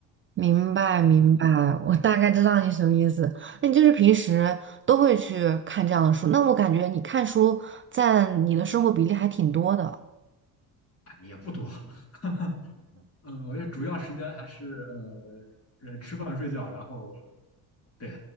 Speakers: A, on the right (about 30°); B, on the left (about 35°).
A: 明白明白，
B: 是吧？
A: 我大概知道你什么意思。那你就是平时都会去看这样的书，那我感觉你看书占你的生活比例还挺多的。
B: 哎，也不多，<laughs> 嗯，我觉得主要时间还是呃呃吃饭睡觉，然后对，